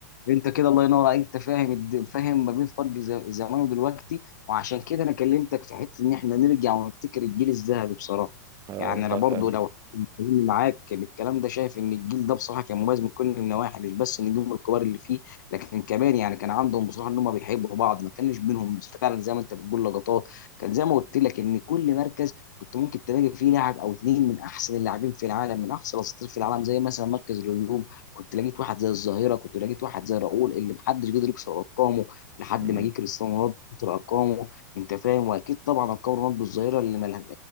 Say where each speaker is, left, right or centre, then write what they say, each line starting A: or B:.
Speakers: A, on the left; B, on the right.
A: انت كده الله ينور عليك انت فاهم الد- فاهم ما بين فرق ز- زمان ودلوقتي وعشان كده انا كلمتك في حته ان احنا نرجع ونفتكر الجيل الذهبي بصراحه
B: اه
A: يعني
B: والله
A: انا برضو
B: فعلا
A: لو بتكلم معاك بالكلام ده شايف ان الجيل ده بصراحه كان مميز من كل النواحي مش بس النجوم الكبار اللي فيه لكن كمان يعني كان عندهم بصراحه ان هم بيحبوا بعض ما كانش بينهم فعلا زي ما انت بتقول لقطات كان زي ما قلت لك ان كل مركز كنت ممكن تلاقي فيه لاعب او اتنين من احسن اللاعبين في العالم من احسن الاساطير في العالم زي مثلا مركز الهجوم كنت لقيت واحد زي الظاهره كنت لقيت واحد زي راؤول اللي محدش قدر يكسر ارقامه لحد
B: مم.
A: ما جه كريستيانو رونالدو كسر ارقامه انت فاهم واكيد طبعا ارقام رونالدو الظاهره اللي مل...